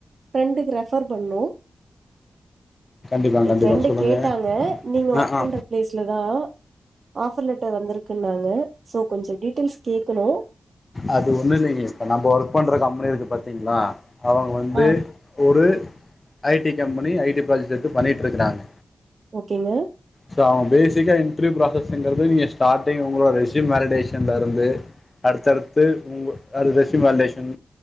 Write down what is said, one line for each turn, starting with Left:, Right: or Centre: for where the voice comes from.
Right: ஃப்ரெண்டுக்கு ரெஃபர் பண்ணணும்
Left: கண்டிப்பா
Right: என்
Left: கண்டிப்பா
Right: ஃப்ரெண்டு
Left: சொல்லுங்க
Right: கேட்டாங்க நீங்க ஒர்க்
Left: ஆ
Right: பண்ற
Left: ஆ
Right: பிளேஸ்ல தான் ஆஃபர் லெட்டர் வந்திருக்குன்னாங்க ஸோ கொஞ்சம் டீட்டெயில்ஸ் கேட்கணும்
Left: அது ஒண்ணும் இல்லைங்க இப்ப நம்ம ஒர்க் பண்ற கம்பெனி இருக்கு பாத்தீங்களா அவங்க வந்து
Right: ஆ
Left: ஒரு I T company I T project எத்து பண்ணிட்டுருக்காங்க
Right: ஓகேங்க
Left: ஸோ அவங்க பேசிக்கா இன்ட்ரிவியூ ப்ராசஸ்ஸுங்கிறது நீங்கள் ஸ்டார்டிங் உங்களோட ரெசியூம் வேலிடேஷன்ல இருந்து அடுத்தடுத்து உங்க resume validation